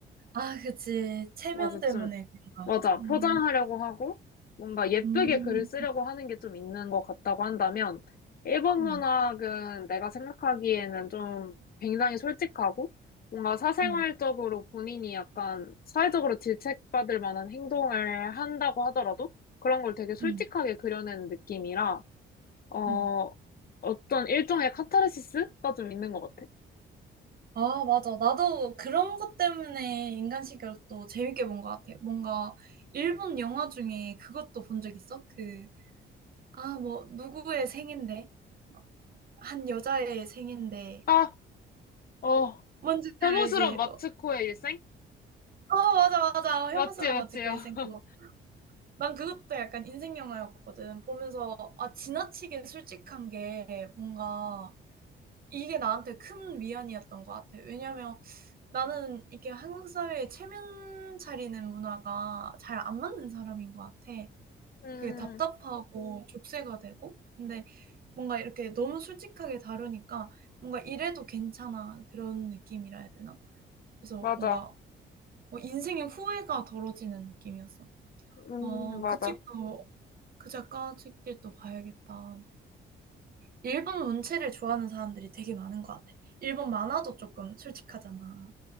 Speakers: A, on the right (about 50°); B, on the left (about 50°).
A: 아 그치. 체면
B: 맞아,
A: 때문에 그런가?
B: 맞아.
A: 음.
B: 포장하려고 하고, 뭔가 예쁘게
A: 음.
B: 글을 쓰려고 하는 게 좀 있는 것 같다고 한다면, 일본
A: 음.
B: 문학은 내가 생각하기에는 좀 굉장히 솔직하고, 뭔가 사생활적으로
A: 음.
B: 본인이 약간 사회적으로 질책받을 만한 행동을 한다고 하더라도, 그런 걸 되게 솔직하게
A: 음.
B: 그려내는 느낌이라, 어,
A: 음.
B: 어떤 일종의 카타르시스가 좀 있는 것 같아.
A: 아 맞아. 나도 그런 것 때문에 인간식으로도 재밌게 본 것 같아. 뭔가 일본 영화 중에 그것도 본 적 있어? 그 아 뭐 누구의 생인데 막 한 여자의 생인데
B: 아, 어,
A: 뭔지
B: 혐오스러운
A: 알지?
B: 마츠코의
A: 뭐
B: 일생?
A: 어 맞아, 맞아.
B: 맞지,
A: 혐오스러운
B: 맞지요.
A: 마치코의 생
B: <laughs>
A: 그거. 난 그것도 약간 인생 영화였거든. 보면서 아 지나치게 솔직한 게 뭔가 이게 나한테 큰 위안이었던 것 같아. 왜냐면 나는 이게 한국 사회에 체면 차리는 문화가 잘 안 맞는 사람인 것 같아.
B: 음,
A: 그게 답답하고 족쇄가 되고 근데 뭔가 이렇게 너무 솔직하게 다루니까 뭔가 '이래도 괜찮아.' 그런 느낌이라 해야 되나? 그래서
B: 맞아.
A: 뭔가 어 인생의 후회가 덜어지는 느낌이었어.
B: 음,
A: '어
B: 맞아.
A: 그 책도 그 작가 책들도 봐야겠다.' 일본 문체를 좋아하는 사람들이 되게 많은 것 같아. 일본 만화도 쪼끔 솔직하잖아.